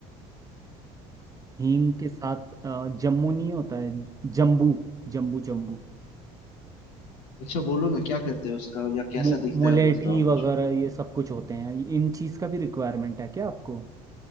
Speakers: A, on the right; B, on the left.
A: हींग के साथ अ, जम्मू नहीं होता है जम्बू जम्बू जम्बू
B: अच्छा बोलो ना क्या करते हो उसका या कैसा
A: मो,
B: दिखता
A: मोलेटी
B: है वो बताओ
A: वगैरह
B: कुछ
A: ये सब कुछ होते हैं इन चीज का भी रिक्वायरमेंट है क्या आपको